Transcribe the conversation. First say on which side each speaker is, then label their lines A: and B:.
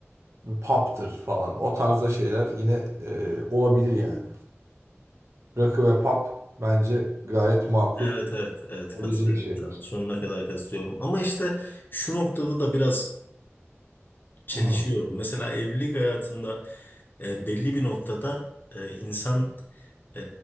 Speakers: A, on the right; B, on the left.
A: bir pub'dır falan. O tarzda şeyler yine e, olabilir yani. Rakı ve pub bence gayet makul
B: Evet evet evet
A: olabilecek
B: katılıyorum
A: şeyler.
B: sana. Sonuna kadar katılıyorum. Ama işte şu noktada da biraz çelişiyorum.
A: Hı hı.
B: Mesela evlilik hayatında e, belli bir noktada e, insan e,